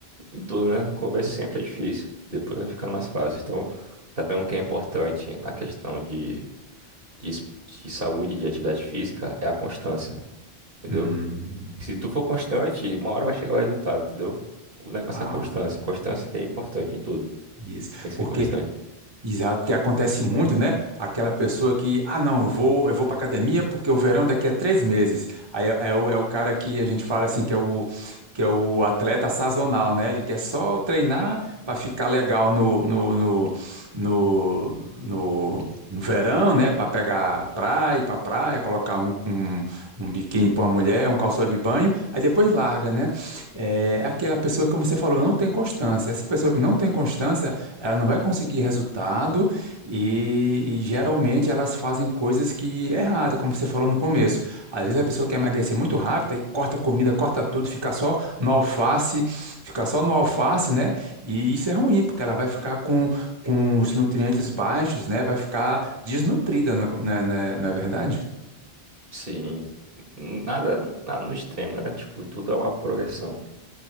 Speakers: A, on the right (about 60°); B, on the right (about 25°).
A: em tudo, né? O começo sempre é difícil, depois vai ficando mais fácil. Então, também o que é importante na questão de, de, es- de saúde, de atividade física, é a constância, entendeu?
B: Hum.
A: Se tu for constante, uma hora vai chegar o resultado, entendeu? O negócio
B: Ah,
A: é a constância. Constância que é importante em tudo.
B: isso.
A: Tem que
B: Porque
A: ser constante.
B: Exato, porque acontece muito, né? Aquela pessoa que, ah, não, eu vou, eu vou para academia porque o verão daqui é três meses. Aí é, é o, é o cara que a gente fala assim que é o que é o atleta sazonal, né? Ele quer só treinar para ficar legal no, no, no, no, no- no verão, né? Para pegar praia, para praia, colocar um, um, um biquíni para uma mulher, um calção de banho, aí depois larga, né? É é aquela pessoa, como você falou, não tem constância. Essa pessoa que não tem constância ela não vai conseguir resultado e, e geralmente elas fazem coisas que é errada, como você falou no começo. Às vezes a pessoa quer emagrecer muito rápido, aí corta comida, corta tudo, fica só no alface, fica só no alface, né? E isso é ruim, porque ela vai ficar com, com os nutrientes baixos, né? Vai ficar desnutrida, não é, co- não é, não é não é verdade?
A: Sim. Nada, nada no extremo, né? Tipo, tudo é uma progressão.